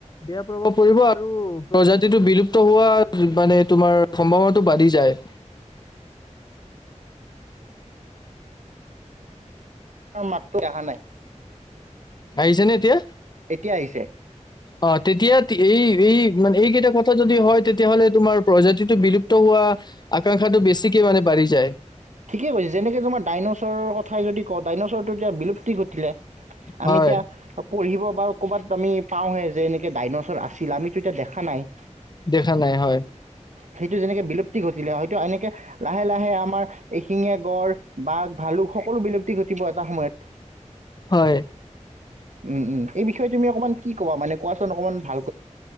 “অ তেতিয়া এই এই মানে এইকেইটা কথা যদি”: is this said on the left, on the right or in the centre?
Left